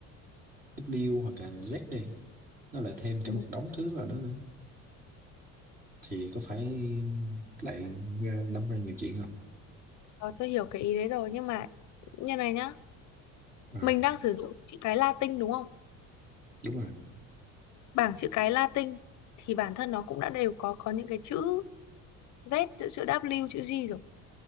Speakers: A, on the right; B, on the left.
A: W hoặc là Z đi nó lại thêm cả
B: ừ.
A: một đống thứ vào đó nữa thì có phải lại ra- đâm ra nhiều chuyện không
B: Rồi, tôi hiểu cái ý đấy rồi nhưng mà như này nhá
A: à
B: mình đang sử dụng chữ cái Latin đúng không
A: đúng rồi
B: bảng chữ cái Latin thì bản thân nó cũng đã đều có có những cái chữ Z chữ chữ W chữ G rồi